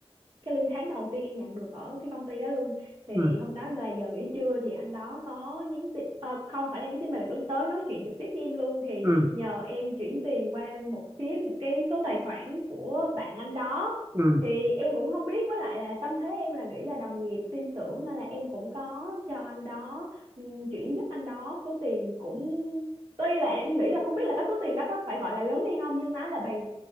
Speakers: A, on the right (about 55°); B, on the right (about 25°).
A: cái lương tháng đầu tiên em nhận được ở cái công ty đó luôn thì
B: ừ,
A: hôm đó là giờ nghỉ trưa thì anh đó có nhắn tin ờ, không phải là nhắn tin mà là cũng tới nói chuyện trực tiếp với em luôn thì
B: ừ,
A: nhờ em chuyển tiền qua một phía một cái số tài khoản của bạn anh đó
B: ừ.
A: thì em cũng không biết với lại là tâm thế em là nghĩ là đồng nghiệp tin tưởng nên là em cũng có cho anh đó ừm, chuyển giúp anh đó số tiền cũng tuy là em nghĩ là không biết là cái số tiền đó có phải gọi là lớn hay không nhưng nó là bằng